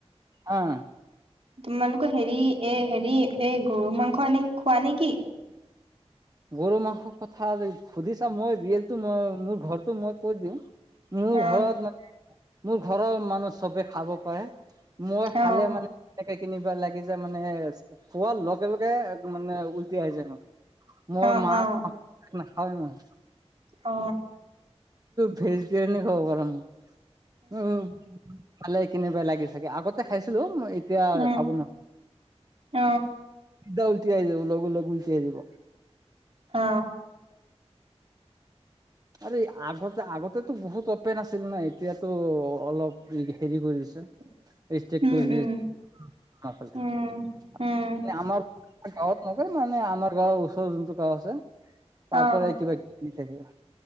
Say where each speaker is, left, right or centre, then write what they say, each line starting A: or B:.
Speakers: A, on the right; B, on the right.
A: অহ।
B: তোমালোকৰ হেৰি, এ হেৰি, এই গৰু মাংস এনে খোৱা নেকি?
A: গৰু মাংস কথা সুধিছা, মই ৰীয়েলটো মই মোৰ ঘৰটো মই কৈ দিওঁ। মোৰ
B: অ
A: ঘৰত মান মোৰ ঘৰৰ মানুহ চবে খাব পাৰে মই
B: অ
A: খালে মানে এনেকে কিনিবা লাগি যে মানে খোৱাৰ লগে লগে মানে উলটি আহি যাই মোৰ মই
B: অ
A: মাছ
B: অ
A: মাংস নাখাও মই
B: অ
A: ভেজ তিৱনি খাব পাৰে মোৰ উম খালে কেনেবাই লাগি থাকে আগতে খাইছিলো মই এতিয়া
B: উম
A: খাব নোৱাৰো
B: অ
A: চিধা উলটি আহি যাব লগ লগ উলটি আমি যাব
B: অ
A: আৰে আগতে আগতেতো বহুত অপেন আছিল না, এতিয়াতো অলপ হেৰি হেৰি কৰি দিছে।
B: <inaudible>
A: ষ্টেট কৰিলি
B: উম
A: আমাৰ
B: উম উম
A: গাঁৱত নকয় মানে আমাৰ গাঁৱৰ ওচৰৰ যোনটো গাঁও আছে তাৰ
B: অ
A: পৰাই কিবা ঘুৰি থাকে